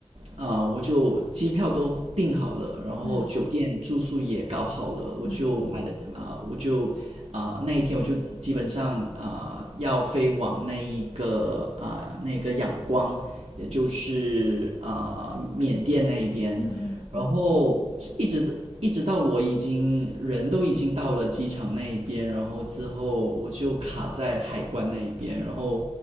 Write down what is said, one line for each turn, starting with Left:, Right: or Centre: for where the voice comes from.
Right: 啊、我就机票都订好了，然后酒店住宿也搞好了，
Left: 嗯
Right: 我就买了啊、
Left: 嗯
Right: 我就啊、那一天我就基本上啊、要飞往那一个啊、那个仰光，也就是啊、缅甸那一边，
Left: 嗯嗯嗯
Right: 然后一直一直到我已经人都已经到了机场那一边，然后之后我就卡在海关那一边，然后。